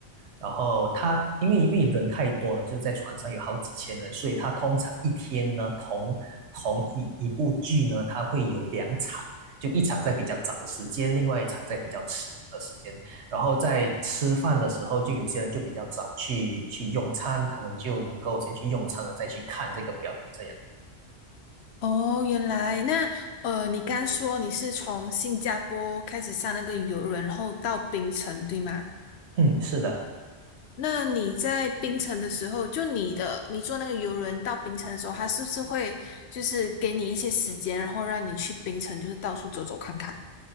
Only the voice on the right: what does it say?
然后它因为因为人太多了，就是在船上有好几千人，所以它通常一天呢同同一一部剧呢，它会有两场，就一场在比较早的时间，另外一场在比较迟的时间，然后在吃饭的时候，就有些人就比较早去去用餐，他们就能够先去用餐了，再去看这个表演这样。
嗯，是的，